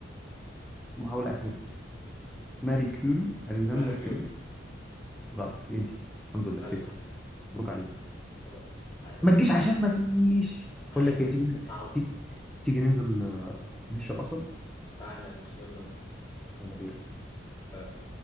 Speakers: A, in the centre; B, on the left.
A: محاولة أخيرة ماري كيوري ألكسندر
B: ماري كيوري
A: فليمنج غلط ادي الحمد لله
B: الله
A: كسبت مبروك عليك
B: خلاص عادي
A: ما
B: عادي
A: تجيش عشان ما فيش
B: عادي
A: بقول لك
B: عادي
A: ايه تيجي
B: تتعود
A: تيجي تيجي ننزل آه، نشرب قصب
B: تعالى يا باشا يلا
A: ولا بير
B: بينا